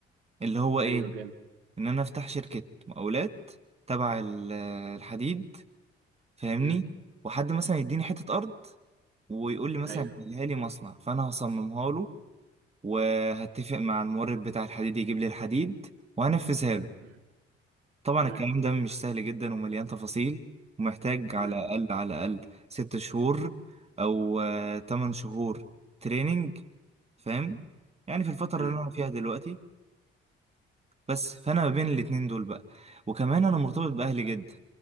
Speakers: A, on the right (about 20°); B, on the right (about 85°).
A: اللي هو ايه
B: ايوه جامد
A: ان انا افتح شركة مقاولات تبع ال- الحديد فاهمني
B: مم.
A: وحد مثلا يديني حتة ارض ويقول لي مثلا
B: ايوه
A: هيها لي مصنع فانا هصممها له وهتفق مع المورد بتاع الحديد يجيب لي الحديد وهنفذها له
B: مم.
A: طبعا
B: تمام
A: الكلام ده مش سهل جدا ومليان تفاصيل ومحتاج على
B: مم.
A: الاقل على الاقل ست شهور او آه، تمن شهور تريننج فاهم يعني في الفترة
B: مم.
A: اللي انا فيها دلوقتي بس فانا ما بين الاتنين دول بقى وكمان انا مرتبط باهلي جدا